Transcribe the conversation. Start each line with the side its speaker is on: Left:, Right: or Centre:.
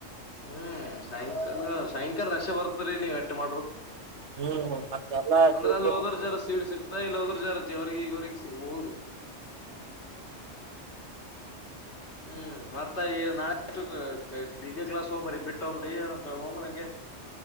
Left: ಹ್ಮ್ ಸಾಯಂಕಾಲ ಸಾಯಂಕಾಲ ರಶೆ ಬರ್ತರಿ ನೀವ್ ಎಟ್ಟೆ ಮಾಡ್ರರು
Right: ಹ್ಮ್ ಮತ್ತೆಲ್ಲಾ
Left: ಅಂದ್ರೆ
Right: ಡ್ಯೂಟಿ
Left: ಅಲ್ಲಿ ಹೋಗರ್ ಜರ ಸೀಡ್ ಸಿಕ್ತಾ ಇಲ್ಲಿೋಗರ್ ಜರ ಗ ಈವರೆಗೆ ಸಿಗ್ಬಹುದು ಹ್ಮ್ ಮತ್ತ ನಾಡ್ ಹಗೆ ಕ್ಲಾಸ್ ಹೋಗ್ರಿ ಬಿಟ್ಟೋಗ್ರಿ ಹೋಗ ನಂಗೆ